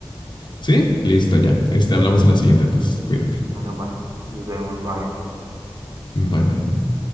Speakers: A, on the left (about 55°); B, on the right (about 40°).
A: Sí, listo ya. Este, hablamos en la siguiente entonces. Cuídate.
B: Bueno, va, nos vemos, bye.
A: Bye bye.